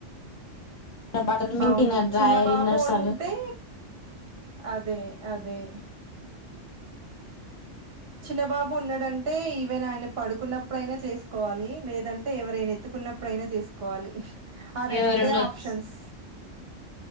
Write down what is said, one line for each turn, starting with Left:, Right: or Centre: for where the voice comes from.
Left: బట్టలు
Right: అవును
Left: డ్రాయర్
Right: చిన్న బాబు
Left: ఇన్నర్స్
Right: ఉంటే
Left: అవి
Right: అదే అదే చిన్నబాబు ఉన్నాడుంటే ఈ ఎవైనా ఆయన పడుకున్నప్పుడైనా చేసుకోవాలి లేదంటే ఎవరైనా ఎత్తుకున్నప్పుడుైనా చేసుకోవాలి ఆ రెండే
Left: ఎవరన్నా వచ్చి
Right: ఆప్షన్స్